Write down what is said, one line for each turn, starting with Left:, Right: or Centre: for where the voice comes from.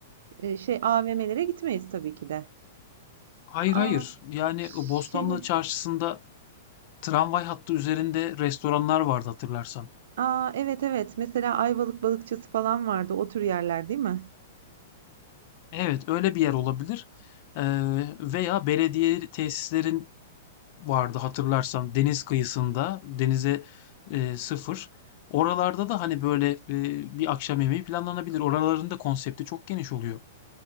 Right: Ee, şey AVM'lere gitmeyiz tabii ki de.
Left: Hayır
Right: Aa,
Left: hayır. Yani ıı, Bostanlı
Right: şey,
Left: Çarşısı'nda tramvay hattı üzerinde restoranlar vardı hatırlarsan.
Right: aa evet evet. Mesela Ayvalık Balıkçısı falan vardı. O tür yerler değil mi?
Left: Evet öyle bir yer olabilir. Ee, veya belediye tesislerin vardı hatırlarsan deniz kıyısında denize e, sıfır. Oralarda da hani böyle e, bir akşam yemeği planlanabilir. Oraların da konsepti çok geniş oluyor.